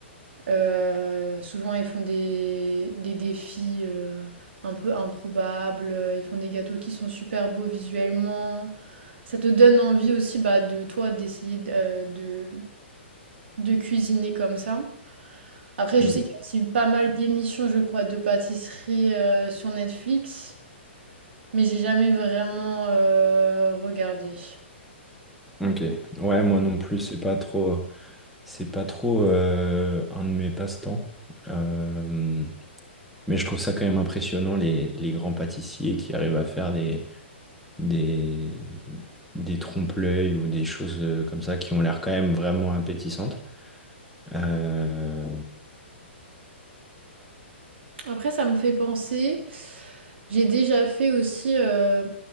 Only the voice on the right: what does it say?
Euh, souvent ils font des, des défis euh, un peu improbables, ils font des gâteaux qui sont super beaux visuellement. Ça te donne envie aussi bah, de toi d'essayer d- euh, de, de cuisiner comme ça. Après,
je sais qu'il y a aussi pas mal d'émissions, je crois, de pâtisserie euh, sur Netflix, mais j'ai jamais vraiment euh, regardé.
Après, ça me fait penser, j'ai déjà fait aussi euh,